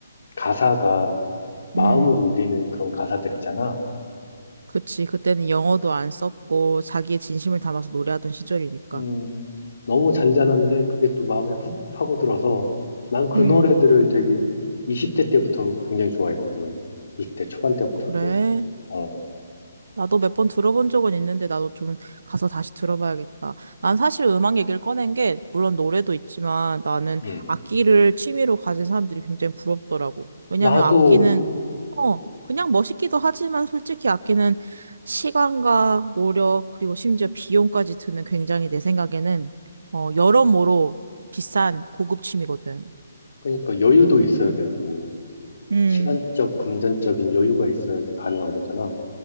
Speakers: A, on the left; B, on the right.
A: 가사가 마음을
B: 음.
A: 울리는 그런 가사들이잖아.
B: 그치. 그때는 영어도 안 썼고 자기의 진심을 담아서 노래하던 시절이니까.
A: 음, 너무 잔잔한데 그게 또 마음에 훅 파고들어서 난 그
B: 음,
A: 노래들을 되게 20대 때부터 굉장히 좋아했거든. 20대 초반 때부터도.
B: 그래.
A: 어,
B: 나도 몇 번 들어본 적은 있는데 나도 좀 가서 다시 들어봐야겠다. 난 사실 음악 얘기를 꺼낸 게 물론 노래도 있지만 나는
A: 음.
B: 악기를 취미로 가진 사람들이 굉장히 부럽더라고. 왜냐면
A: 나도
B: 악기는 어, 그냥 멋있기도 하지만 솔직히 악기는 시간과 노력 그리고 심지어 비용까지 드는 굉장히 내 생각에는 어, 여러모로 비싼 고급 취미거든.
A: 그러니까 여유도 있어야 되고
B: 음.
A: 시간적, 금전적인 여유가 있어야지 가능한 거잖아.